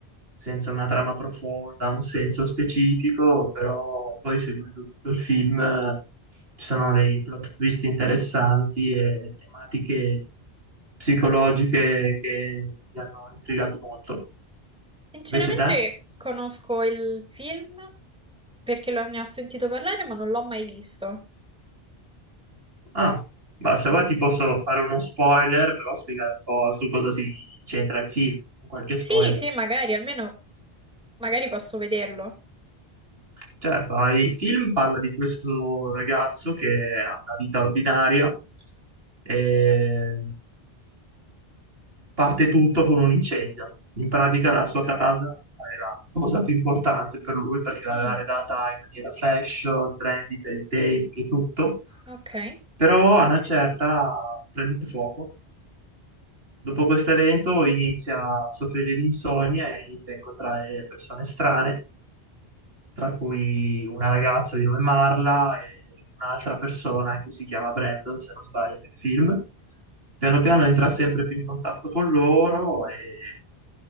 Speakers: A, on the right (about 70°); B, in the centre.
A: senza una trama profonda, un senso specifico, però poi seguendo tutto il film eh, ci sono dei plot twist interessanti e tematiche psicologiche che mi hanno intrigato molto.
B: sinceramente
A: Invece te?
B: conosco il film perché lo- ne ho sentito parlare, ma non l'ho mai visto.
A: Ah, ma se
B: Mm.
A: vuoi ti posso fare uno spoiler, però spiegare un po' su cosa si incentra il film, qualche
B: Sì,
A: spoiler.
B: sì, magari, almeno magari posso vederlo.
A: Certo, ah, il film parla di questo ragazzo che ha una vita ordinaria e parte tutto con un incendio. In pratica la sua casa era la cosa più importante per lui perché l'aveva
B: Mm,
A: redata in maniera fashion, trendy per i tempi e tutto.
B: ok.
A: Però a una certa prende fuoco Dopo questo evento inizia a soffrire di insonnia e inizia a incontrare persone strane tra cui una ragazza di nome Marla e un'altra persona che si chiama Brandon, se non sbaglio, nel film. Piano piano entra sempre più in contatto con loro e